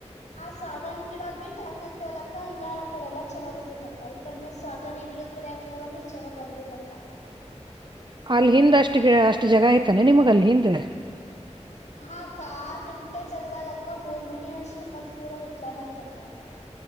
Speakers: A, on the left; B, on the right.
A: ಆ ಸಾಗಣಿ ಗಿಡ ಬಿಟ್ಟ ಹಾಕಿದ್ವಿ. ಲಕ್ಕ ಹಿಂಗಾಗಿ ಆ ಕಡೆ ಎಲ್ಲ ಚಲೋ ಬರ್ತಿತ ಅ. ಕೈ ಕಡಿಮೆ ಸಾಗನಿ ಗಿಡದ್ ಕಡೆ ಹಾಕಿದ್ವಿ ಅಂದ್ರ ಚಲೋ ಬರೋದಿಲ್ಲಕ್ಕ.
B: ಅಲ್ ಹಿಂದಷ್ಟು ಅ ಅಷ್ಟು ಜಾಗ ಆಯ್ತೇನು ನಿಮಗ ಅಲ್ಲಿ ಹಿಂದ.
A: ಹಾ ಅಕ್ಕಾ ಆರ್ ಗುಂಟೆ ಜಗದಾಗಕ್ಕ ಮೂರ್ ಮನಿ ಅಷ್ಟು ಮತ್ತ್ ಪೂರ ಹಿತ್ಲಾನ ಐತಕ್ಕ.